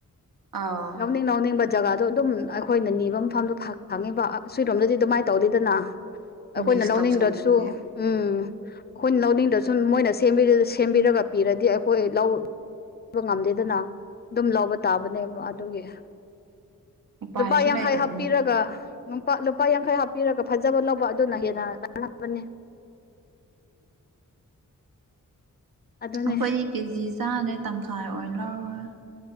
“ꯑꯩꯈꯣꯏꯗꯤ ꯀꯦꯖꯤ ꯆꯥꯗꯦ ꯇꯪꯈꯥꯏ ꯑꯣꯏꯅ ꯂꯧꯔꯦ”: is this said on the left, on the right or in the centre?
Right